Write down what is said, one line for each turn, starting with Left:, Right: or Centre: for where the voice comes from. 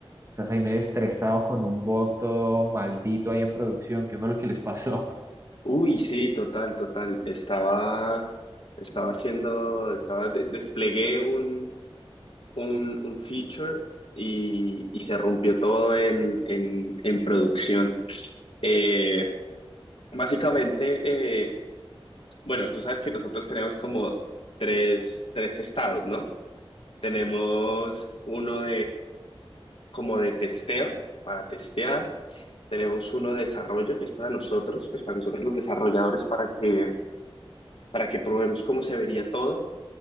Right: estás ahí medio estresado con un bug todo maldito ahí en producción. ¿Qué fue lo que les pasó? <laughs>
Left: Uy, sí, total, total. Estaba, estaba haciendo, estaba, de- desplegué un, un, un feature y, y se rompió todo en, en, en producción. Eh, básicamente, eh, bueno, tú sabes que nosotros tenemos como tres, tres estados, ¿no? Tenemos uno como de testeo, para testear. Tenemos uno de desarrollo que es para nosotros, pues para nosotros los desarrolladores, para que, para que probemos cómo se vería todo.